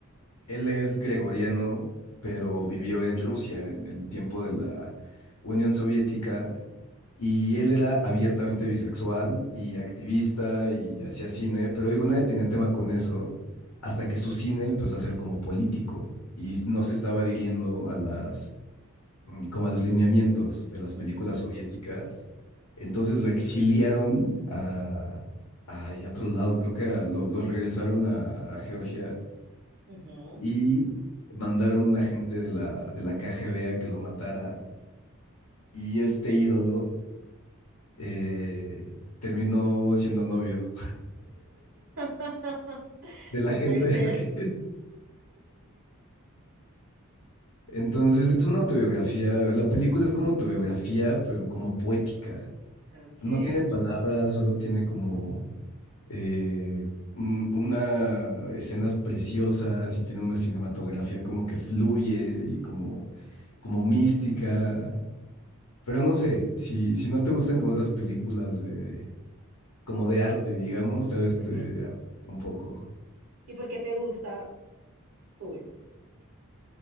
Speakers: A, on the left; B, on the right.
A: Él es gregoriano, pero
B: Ujú,
A: vivió en Rusia en el tiempo de la Unión Soviética Y él era abiertamente bisexual y activista y hacía cine, pero digo, nadie tenía tema con eso hasta que su cine empezó a ser como político y no se estaba adhiriendo a las, mm, como a los lineamientos de las
B: u-
A: películas
B: ujú,
A: soviéticas. Entonces lo exiliaron a, ay, a otro lado, creo que a- lo, lo regresaron a, a Georgia
B: ujú.
A: y mandaron un agente de la, de la KGB a que lo matara y este ídolo eh, terminó siendo novio
B: <laughs>
A: <laughs> de la
B: No
A: gente.
B: puede ser.
A: <laughs> que- Entonces es una autobiografía, la película es como autobiografía, pero como poética.
B: okay
A: No tiene palabras, solo tiene como eh, un- una escenas preciosas y tiene una cinematografía como que fluye y como, como mística. Pero no sé, si, si no te gustan como esas películas de, como de arte, digamos, tal vez
B: ujú.
A: te aburre un poco.
B: ¿Y por qué te gusta Pool?